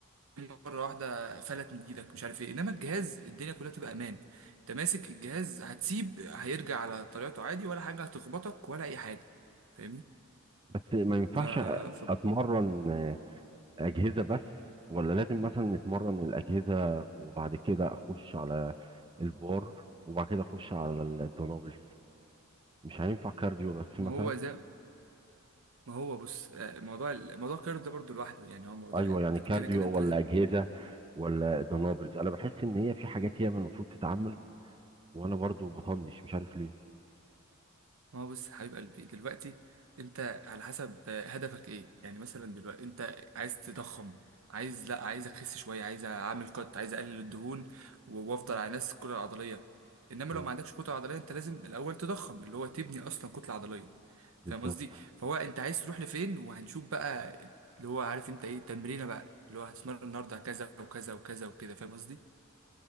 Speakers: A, on the right (about 65°); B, on the right (about 25°).
A: مره واحده فلت من ايدك مش عارف ايه انما الجهاز الدنيا كلها تبقى امان انت ماسك الجهاز هتسيب هيرجع على طريقته عادي ولا حاجه هتخبطك ولا اي حاجه فاهمني
B: بس ما ينفعش
A: ف...
B: اتمرن آه، اجهزه بس ولا لازم مثلا اتمرن الاجهزه وبعد كده اخش على البار وبعد كده اخش على الدنابلز مش هينفع كارديو بس
A: ما
B: مثلا
A: هو زي ما هو بص آه، موضوع ال- موضوع القرار ده برضو لوحده يعني هو موضوع
B: ايوه
A: انت
B: يعني كارديو
A: كده كده انت
B: ولا
A: لازم
B: اجهزه ولا دنابلز انا بحس ان هي في حاجات هي من المفروض تتعمل وانا برضو بطنش مش عارف ليه
A: ما هو بص حبيب قلبي دلوقتي انت على حسب آه، هدفك ايه يعني مثلا دلوقتي انت عايز تضخم عايز لا عايز اخس شويه عايز اعمل كات عايز اقلل الدهون و- وافضل على نفس الكتله العضليه انما
B: امم
A: لو ما عندكش كتله عضليه انت لازم الاول تضخم اللي هو تبني اصلا كتله عضليه
B: بالظبط
A: فاهم قصدي فهو انت عايز تروح لفين وهنشوف بقى اللي هو عارف انت ايه تمرينه بقى اللي هو هتتمرن النهارده كذا وكذا وكذا وكده فاهم قصدي